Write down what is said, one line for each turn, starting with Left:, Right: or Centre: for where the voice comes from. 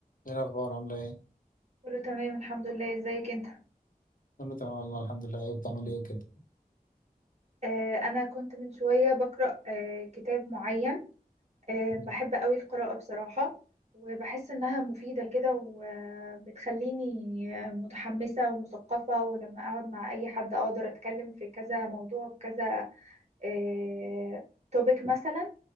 Left: ايه الاخبار عامله ايه
Right: كله تمام الحمد لله ازيك انت
Left: كله تمام والله الحمد لله ايه بتعمل ايه كده
Right: آه انا كنت من شوية بقرأ آه كتاب معين آه بحب
Left: مم.
Right: قوي القراءة بصراحة وبحس انها مفيدة كده وبتخليني متحمسة ومثقفة ولما اقعد مع اي حد اقدر اتكلم في كذا موضوع في كذا آه توبيك مثلا